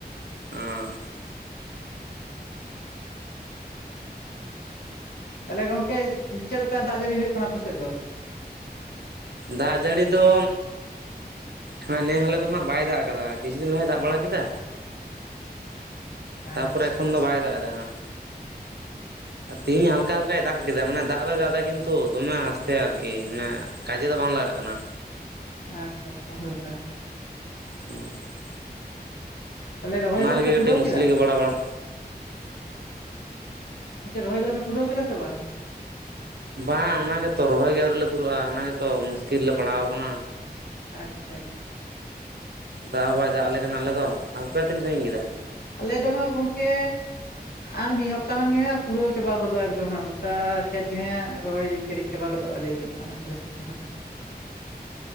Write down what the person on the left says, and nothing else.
ᱛᱟᱞᱦᱮ ᱜᱚᱢᱠᱮ ᱪᱮᱫ ᱞᱮᱠᱟ ᱫᱟᱜ ᱡᱟᱹᱲᱤ ᱦᱩᱭᱩᱜ ᱠᱟᱱᱟ ᱟᱯᱮ ᱥᱮᱫ ᱫᱚ
ᱟᱪᱪᱷᱟ
ᱟᱪᱪᱷᱟ
ᱟᱪᱪᱷᱟ ᱟᱪᱪᱷᱟ ᱦᱳᱭ ᱦᱳᱭ
ᱛᱟᱞᱦᱮ ᱨᱚᱦᱚᱭ ᱠᱚᱫᱚ
ᱯᱮ ᱯᱩᱨᱟᱹᱣ
ᱠᱮᱫᱟ?
ᱜᱚᱝᱠᱮ ᱨᱚᱦᱚᱭ ᱠᱚᱫᱚ ᱯᱮ ᱯᱩᱨᱟᱹᱣ ᱠᱮᱫᱟ ᱥᱮ ᱵᱟᱝ?
ᱟᱪᱪᱷᱟ ᱟᱪ
ᱟᱞᱮ ᱫᱚ ᱦᱟᱸᱜ ᱜᱚᱢᱠᱮ ᱟᱨ ᱢᱤᱜ ᱦᱟᱯᱛᱟ ᱠᱷᱟᱱᱜᱮ ᱦᱟᱸᱜ ᱯᱩᱨᱟᱹᱣ ᱪᱟᱵᱟ ᱜᱚᱫᱚᱜ ᱮᱠᱫᱚᱢ ᱦᱟᱸᱜ ᱜᱚᱴᱟ ᱠᱷᱮᱛ ᱜᱮ ᱦᱟᱸᱜ ᱨᱚᱦᱚᱭ ᱯᱮᱨᱤᱡ ᱪᱟᱵᱟ ᱜᱚᱫᱚᱜ ᱞᱟᱹᱭ ᱜᱟᱱᱚᱜᱼᱟ ᱦᱟᱸᱜ ᱟᱞᱮ ᱥᱮᱜ ᱫᱚ ᱦᱟᱸᱜ᱾